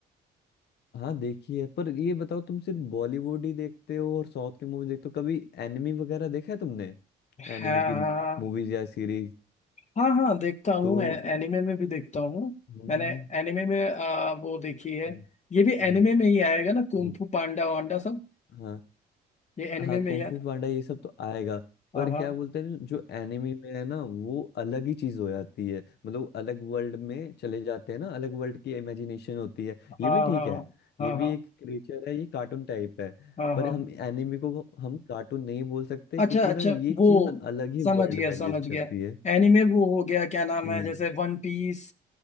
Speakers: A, on the left; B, on the left.
A: हाँ देखिए पर ये बताओ तुम सिर्फ बॉलीवुड ही देखते हो और साउथ की मूवी देखते हो कभी एनिमी वगैरह देखा है तुमने
B: हाँ
A: एनिमी की
B: हाँ
A: मूवीज या सीरीज
B: हाँ हाँ देखता हूँ
A: तो
B: ए- एनिमे में भी देखता हूँ
A: हम्म,
B: मैंने एनिमे में आ, वो देखी है
A: हम्म,
B: ये भी
A: हम्म,
B: एनिमे में ही आएगा ना कुंग
A: हम्म,
B: फू पांडा वांडा सब
A: हाँ
B: ये एनिमे
A: हाँ
B: में
A: कुंग
B: ही
A: फू
B: आता
A: पांडा ये सब तो आएगा
B: हाँ
A: पर
B: हाँ
A: क्या बोलते हैं जो एनिमे में है ना वो अलग ही चीज हो जाती है मतलब वो अलग वर्ल्ड में चले जाते हैं ना अलग वर्ल्ड की इमेजिनेशन होती है ये
B: हाँ
A: भी ठीक
B: हाँ
A: है
B: हाँ
A: ये भी
B: हाँ
A: एक क्रिएचर है ये कार्टून टाइप है
B: हाँ
A: पर
B: हाँ
A: हम एनिमे को हम कार्टून नहीं बोल सकते
B: अच्छा
A: क्योंकि
B: अच्छा
A: ना ये
B: वो
A: चीज ना अलग ही
B: समझ
A: वर्ल्ड
B: गया
A: में
B: समझ
A: एग्जिस्ट करती
B: गया
A: है
B: एनीमे वो हो गया क्या नाम
A: हम्म।
B: है जैसे वन पीस